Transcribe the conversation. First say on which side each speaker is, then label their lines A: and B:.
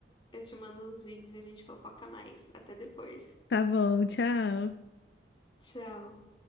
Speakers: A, on the left (about 25°); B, on the left (about 70°).
A: Eu te mando uns vídeos e a gente fofoca mais. Até depois.
B: Tá bom, tchau.
A: Tchau.